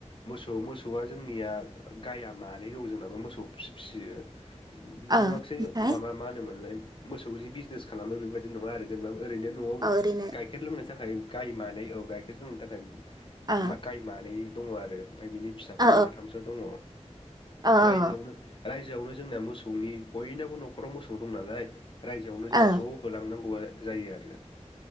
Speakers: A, on the left; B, on the right.
A: मोसौ औ मोसौआ जोंनिया गया मानै दौ जोंनाबो मोसौ फिसियो। बिदि
B: ओमफ्राय
A: नुवाखसै माबा मा मनलाय मोसौ बिजनेस खालामो बेबायदि नङा आरो जेनेबा ओरैनो न'आव
B: औ ओरैनो
A: गाइखेर लोंनो थाखाय गाय मानै औ गाइखेर लोंनो थाखाय
B: ओ
A: गाय मानै दङ आरो ओमफफ्राय बिनि फिसाफोर
B: औ
A: माथामसो दङ
B: औ
A: रायजोआवनो रायजोआवनो जोंना मोसौनि बयनाबो न'खराव मोसौ मौ दं नालाय रायजोआवनो
B: औ
A: जोंहा ज होलांनांगौ जायो। जायो आरो